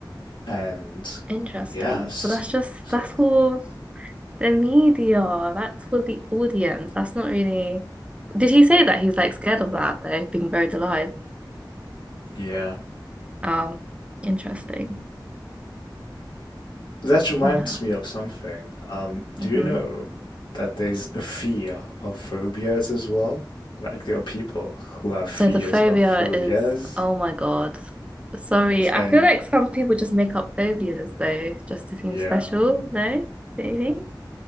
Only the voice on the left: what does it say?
And
yes,
so
yeah,
that reminds
me of something. Um,
do you know that there's a fear of phobias as well? Like there are people who have fears
of phobias,
and
yeah,